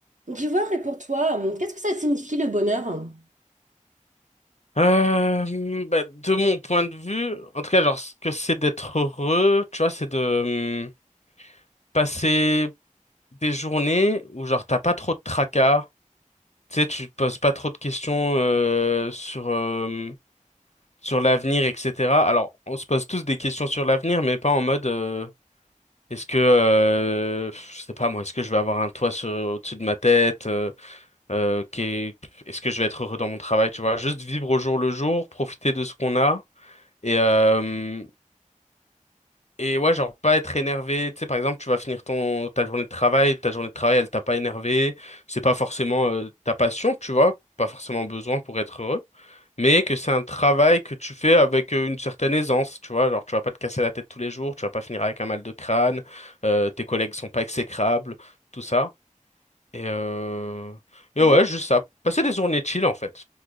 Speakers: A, on the right; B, on the left.
A: D'ivoire, et pour toi, hum, qu'est-ce que ça signifie le bonheur?
B: Euh, bah, de mon point de vue, en tout cas, genre, ce que c'est d'être heureux, tu vois, c'est de hum, passer des journées où, genre, t'as pas trop de tracas, tu sais, tu te poses pas trop de questions euh, sur, euh, sur l'avenir, etc. Alors, on se pose tous des questions sur l'avenir, mais pas en mode, euh, est-ce que, euh, je sais pas moi, est-ce que je vais avoir un toit sur, au-dessus de ma tête, euh, euh, qu'est- est-ce que je vais être heureux dans mon travail, tu vois, juste vivre au jour le jour, profiter de ce qu'on a Et, euh, et ouais, genre pas être énervé. Tu sais, par exemple, tu vas finir ton, ta journée de travail, ta journée de travail, elle t'a pas énervé. C'est pas forcément euh, ta passion, tu vois, pas forcément besoin pour être heureux. Mais que c'est un travail que tu fais avec euh, une certaine aisance, tu vois. Genre, tu vas pas te casser la tête tous les jours, tu vas pas finir avec un mal de crâne, euh, tes collègues sont pas exécrables, tout ça. Et, euh... et
A: Je-
B: ouais, juste ça. Passer des journées chill, en fait.